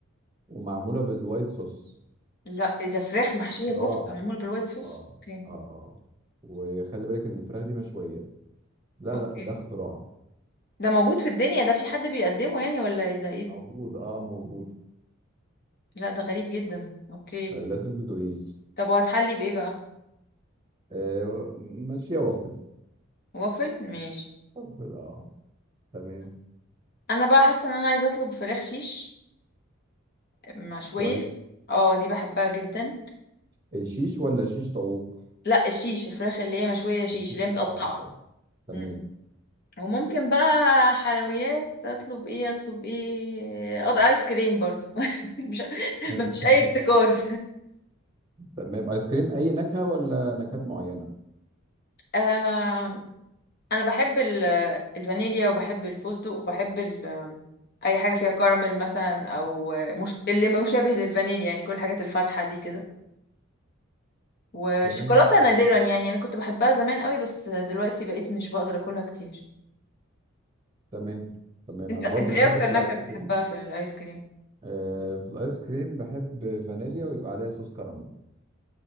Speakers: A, on the right; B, on the left.
A: ومعمولة بالوايت صوص
B: لا ايه ده فراخ محشيه
A: اختراع
B: كفته معموله بالوايت صوص
A: اه
B: اوكي
A: اه اه وخلي بالك إن الفراخ دي مشوية لا
B: اوكي
A: لا ده اختراع
B: ده موجود في الدنيا ده في حد بيقدمه يعني ولا ايه ده ايه
A: موجود
B: ده
A: اه موجود
B: لا ده غريب جدا اوكي
A: آه لازم تدوقيه
B: طب وهتحلي بايه بقى
A: آه مشوية وافل
B: وافل ماشي
A: وافل اه تمام
B: انا بقى حاسه ان انا عايزه اطلب فراخ شيش مشويه
A: كويس
B: اه دي بحبها جدا
A: الشيش ولا شيش طاووق
B: لا الشيش الفراخ اللي هي مشويه شيش
A: الشيش
B: اللي هي متقطعه
A: اه تمام
B: مم. وممكن بقى حلويات اطلب ايه اطلب ايه اقضي ايس كريم برضو <laughs> مش
A: آه،
B: مفيش اي ابتكار
A: تمام ايس كريم اي نكهة ولا نكهات معينة
B: آه انا بحب ال- الفانيليا وبحب الفستق وبحب ال- اي حاجه فيها كراميل مثلا او مش اللي مشابه للفانيليا يعني كل الحاجات الفاتحه دي كده وشوكولاتة
A: تمام تمام.
B: نادرا يعني انا كنت بحبها زمان قوي بس دلوقتي بقيت مش بقدر اكلها كتير
A: تمام تمام
B: انت
A: انا
B: انت
A: برضو
B: ايه
A: بحب
B: اكتر
A: في
B: نكهة
A: الايس
B: بتحبها
A: كريم
B: في الايس كريم
A: آه في الايس كريم بحب فانيليا ويبقى عليها صوص كراميل